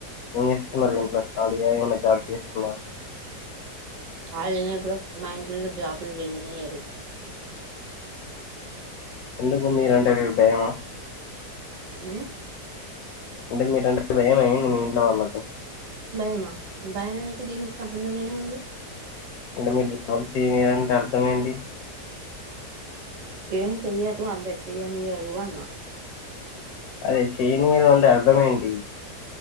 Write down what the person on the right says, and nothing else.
కాలినే ఇప్పుడు మా ఇంట్లలో జాబులు చెయ్యనియ్యారు
ఉ
భయమా భయముకు దీనికి సంబంధం ఏముంది
ఏం చెయ్యరు అన్లే చేయనియరు అన్న